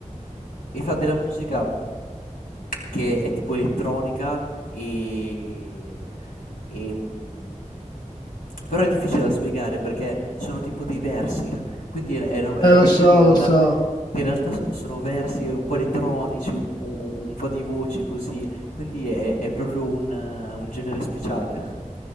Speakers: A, on the left; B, on the left.
A: e fa della musica che è tipo elettronica e, e, mm, però è difficile da spiegare perché sono tipo dei versi, quindi è è una, è
B: Eh,
A: una
B: lo
A: musica
B: so,
A: che in realtà
B: lo so.
A: che In realtà sono sono versi un po' elettronici, un u u un po' di voci così, quindi è è proprio un eh, un genere speciale.